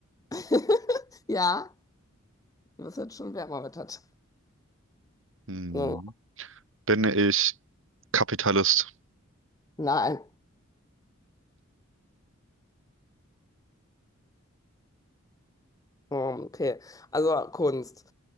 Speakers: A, on the left; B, on the right.
A: <laughs> Ja, das hat schon wärmer wettert.
B: Hm,
A: Hm,
B: bin ich Kapitalist?
A: Nein. Hm, Okay. Also Kunst.